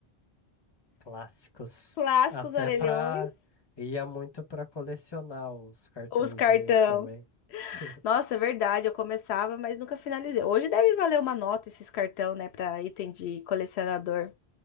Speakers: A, on the left; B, on the left.
A: clássicos,
B: Clássicos
A: até
B: orelhões,
A: para ia muito para colecionar os cartõezinhos
B: os cartão.
A: também. <laughs>
B: Nossa, é verdade, eu começava, mas nunca finalizei. Hoje deve valer uma nota esses cartão, né, para item de colecionador.